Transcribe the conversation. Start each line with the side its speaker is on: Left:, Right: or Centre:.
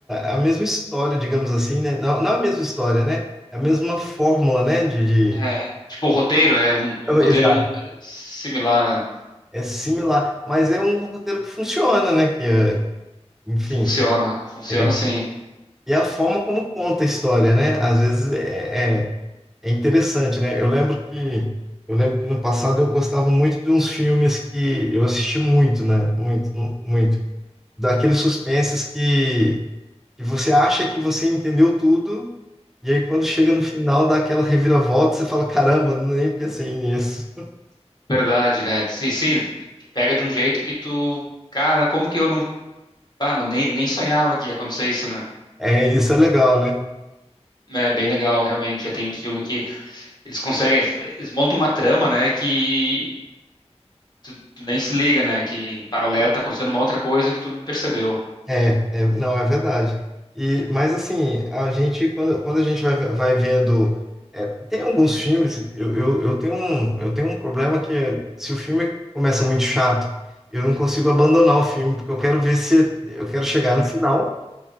Centre: a mesma história, digamos assim, né? Não, não a mesma história, né? É a mesma fórmula, né? De,
Left: É,
Centre: de...
Left: tipo o roteiro, né? O,
Centre: Oh,
Left: o roteiro
Centre: Exato.
Left: é mu- similar, né?
Centre: É similar, mas é um roteiro que funciona, né? Que, é, enfim.
Left: Funciona, funciona
Centre: é,
Left: sim.
Centre: E a forma como conta a história, né? Às vezes é, é, é interessante, né? Eu lembro que eu lembro que no passado eu gostava muito de uns filmes que eu assisti muito, né? Muito, mu- muito. Daqueles suspenses que, que você acha que você entendeu tudo, e aí quando chega no final dá aquela reviravolta, você fala, caramba, nem pensei nisso.
Left: Verdade, né? Sim, sim, pega de um jeito que tu, cara, como que eu não, ah, não nem, nem sonhava que ia acontecer isso, né?
Centre: É, isso é legal, né?
Left: É bem legal, realmente. Já tem uns filmes que eles conseguem, eles montam uma trama, né, que tu, tu nem se liga, né? Que em paralelo tá acontecendo uma outra coisa que tu nem percebeu. <laughs>
Centre: É, é, não, é verdade. E, mas assim, a gente, quando, quando a gente vai, vai vendo. é, tem alguns filmes, eu, eu, eu tenho um, eu tenho um problema que é, se o filme começa muito chato, eu não consigo abandonar o filme, porque eu quero ver se. Eu quero chegar no final